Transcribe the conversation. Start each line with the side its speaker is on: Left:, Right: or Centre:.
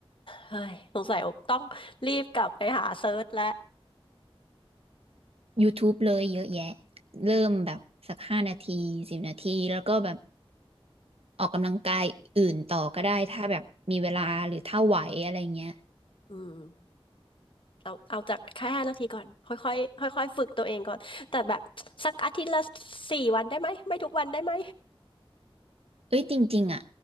Left: เฮ้ยสงสัยต้องรีบกลับไปหาเซิร์ชแล้ว
Right: YouTube เลยเยอะแยะเริ่มแบบสักห้านาทีสิบนาทีแล้วก็แบบออกกำลังกายอื่นต่อก็ได้ถ้าแบบมีเวลาหรือถ้าไหวอะไรเงี้ย
Left: อืมเอาเอาจากแค่ห้านาทีก่อนค่อยค่อยค่อยค่อยๆฝึกตัวเองก่อนแต่แบบสักอาทิตย์ละสี่วันได้ไหมไม่ทุกวันได้ไหม
Right: เอ้ยจริงๆอ่ะ